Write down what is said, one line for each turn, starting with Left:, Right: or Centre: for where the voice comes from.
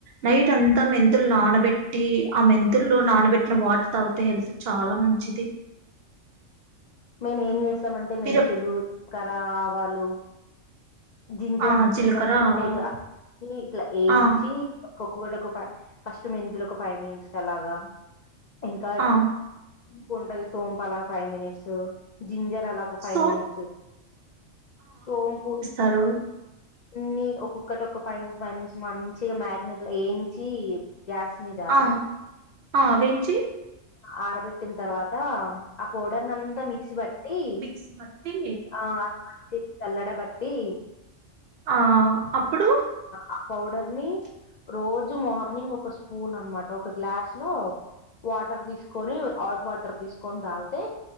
Right: నైట్ అంతా మెంతులు నానబెట్టి ఆ మెంతుల్లో నానబెట్టిన వాటర్ తాగితె హెల్త్కి చాల మంచిది.
Left: మేము ఏం చేస్ స్తాం అంటె మెంతులు
Right: మీరు ఎప్-
Left: కర ఆవాలు జింజర్
Right: ఆ జీలకర్ర
Left: ఇవన్నీ ఉంటాయి
Right: ఆవాలు
Left: గ ఇట్ల ఏంచి
Right: ఆ
Left: ఒక్కోటి ఒక ఫై ఫస్ట్ మెంతులు ఒక ఫైవ్ మినిట్స్ అలాగ ఇంకా
Right: ఆ
Left: ఇంక ఉంటది సోంప్ అలాగ ఫైవ్ మినిట్సు జింజర్ అలాకు ఫైవ్
Right: సో
Left: మినిట్స్ సోంపు
Right: తారు
Left: అన్ని ఒక్కొక్కటి ఒక ఫైవ్ మినిట్స్ ఫైవ్ మినిట్స్ మంచిగా మ్యాగ్నేెట్ లో ఏంచి గ్యాస్ స్మిదా
Right: ఆ ఆ వేంచి
Left: ఆరబెట్టిన తర్వాత ఆ పౌడర్ నంతా మిక్సీ పట్టి
Right: మిక్సీ పట్టి
Left: ఆ అది మంచి జల్లెడ బట్టి
Right: ఆ అప్పుడు
Left: ఆ పౌడర్ ని రోజు మార్నింగ్ ఒక స్పూన్ అనమాట ఒక గ్లాస్ లో వాటర్ తీసుకొని హాట్ వాటర్ తీసుకొని తాగితే